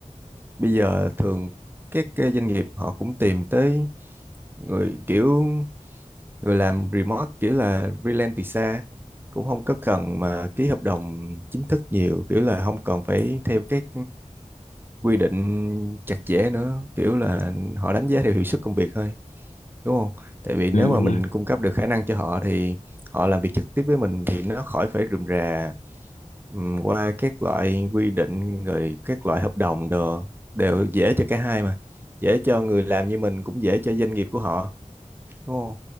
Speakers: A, on the right; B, on the left.
A: bây giờ thường các cái doanh nghiệp họ cũng tìm tới người kiểu người làm remote kiểu là freelance từ xa cũng không có cần mà ký hợp đồng chính thức nhiều kiểu là không cần phải theo các quy định chặt chẽ nữa kiểu là họ đánh giá theo hiệu suất công việc thôi đúng không? Tại vì nếu
B: Ừ,
A: mà
B: đúng
A: mình
B: rồi.
A: cung cấp được khả năng cho họ thì họ làm việc trực tiếp với mình thì nó khỏi phải rườm rà Ừm, qua các loại quy định rồi các loại hợp đồng đồ đều dễ cho cả hai mà dễ cho người làm như mình cũng dễ cho doanh nghiệp của họ đúng không